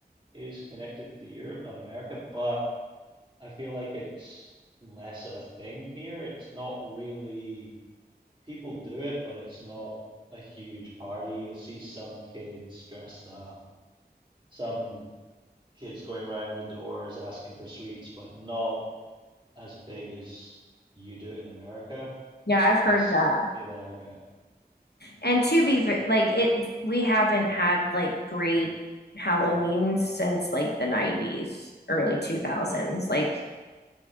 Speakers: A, on the right (about 30°); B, on the left (about 75°).
A: is connected to Europe, not America, but I feel like it's less of a thing here. It's not really. people do it, but it's not a huge party. You'll see some kids dressed up, some kids going round the doors asking for sweets, but not as big as you do it in America.
B: Yeah, I've heard
A: That's
B: that.
A: the feeling I get.
B: And to be like it, we haven't had like great Halloween since like the 90s, early 2000s. Like